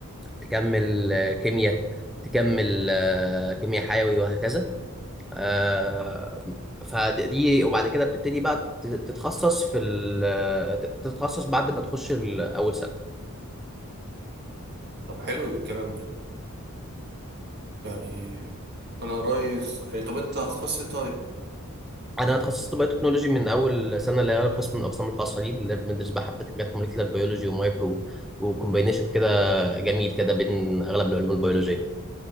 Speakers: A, in the centre; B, on the right.
A: تكمل آه، كيمياء تكمل آه، كيمياء حيوي وهكذا آه، فدي وبعد كده بتبتدي بقى ت- تتخصص في ال تتخصص بعد ما تخش ال- اول سنه
B: طب حلو ده الكلام ده يعني انا رئيس إيه، طب انت هتخصص إيه طيب
A: انا اتخصصت بايو تكنولوجي من اول سنه اللي هي قسم من الاقسام الخاصه دي اللي بندرس بقى حبه حاجات موليكيولر بيولوجي ومايكرو وكومبينيشن كده جميل كده بين اغلب العلوم البيولوجيه